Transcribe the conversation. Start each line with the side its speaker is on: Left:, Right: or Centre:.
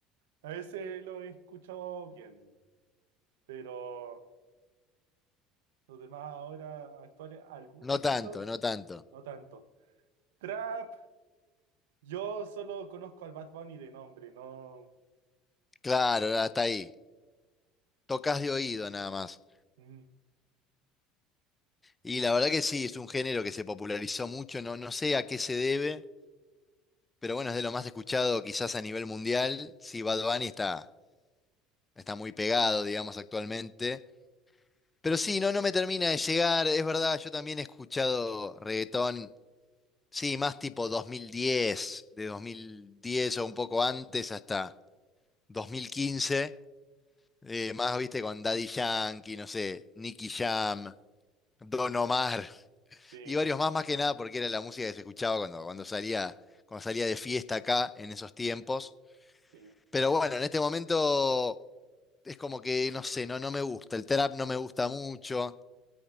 Right: A veces lo he escuchado bien, pero los demás ahora actuales, algu- he
Left: No
Right: escuchado,
Left: tanto, no tanto.
Right: no tanto. Trap, yo solo conozco al Bad Bunny de nombre, no.
Left: Claro, hasta ahí. Tocas de oído nada más.
Right: mm,
Left: Y la verdad que sí, es un género que se popularizó mucho, no, no sé a qué se debe, pero bueno, es de lo más escuchado quizás a nivel mundial. Sí, Bad Bunny está, está muy pegado, digamos, actualmente. Pero sí, no, no me termina de llegar, es verdad, yo también he escuchado reggaetón, sí, más tipo 2010, de 2010 o un poco antes hasta 2015, eh, más, viste, con Daddy Yankee, no sé, Nicky Jam, Don Omar,
Right: sí,
Left: Y varios más, más que nada, porque era la música que se escuchaba cuando, cuando salía, cuando salía de fiesta acá en esos tiempos.
Right: sí,
Left: Pero bueno, en este momento es como que, no sé, no, no me gusta. El trap no me gusta mucho.